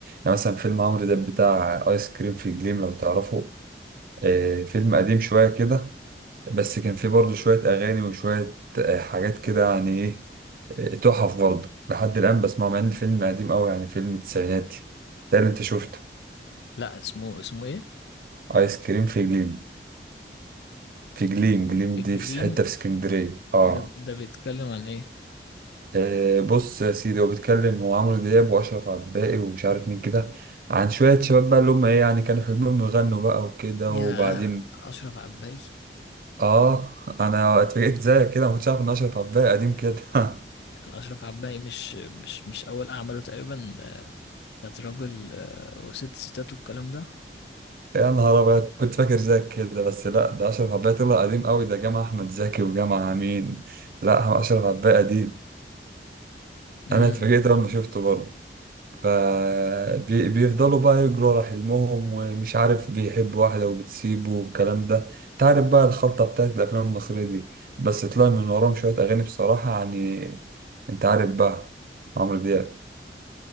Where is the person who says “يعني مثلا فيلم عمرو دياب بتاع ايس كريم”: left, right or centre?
Right